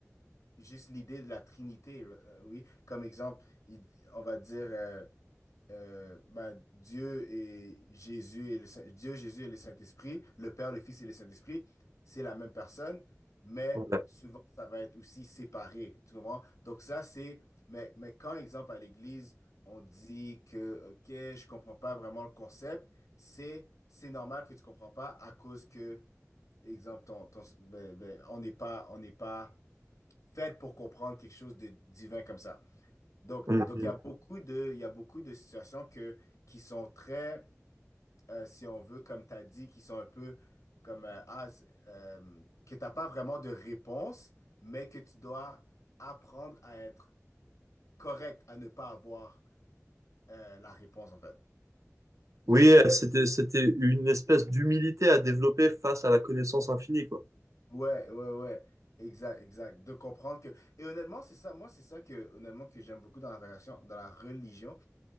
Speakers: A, on the left; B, on the right.
A: juste l'idée de la Trinité, euh, oui, comme exemple, il- on va dire. euh, euh, bah, Dieu et Jésus et le Saint- Dieu, Jésus et le Saint-Esprit, le Père, le Fils et le Saint-Esprit, c'est la même personne, mais
B: Ouais.
A: souvent ça va être aussi séparé, tu comprends? Donc ça c'est, mais, mais quand exemple à l'Église, on dit que ok, je comprends pas vraiment le concept, c'est c'est normal que tu comprends pas à cause que exemple ton, ton- ben, ben, on n'est pas on n'est pas fait pour comprendre quelque chose de divin comme ça. Donc,
B: Mhm.
A: donc il y a beaucoup de, il y a beaucoup de situations que, qui sont très, euh, si on veut, comme tu as dit, qui sont un peu comme, euh, ah, c'est- euh, que tu n'as pas vraiment de réponse, mais que tu dois apprendre à être correct, à ne pas avoir euh, la réponse, en fait.
B: Oui,
A: Just-
B: euh, c'était, c'était une espèce d'humilité à développer face à la connaissance infinie, quoi.
A: ouais, ouais, ouais. Exact, exact. De comprendre que... Et honnêtement, c'est ça, moi, c'est ça que, honnêtement, que j'aime beaucoup dans la relation, dans la religion.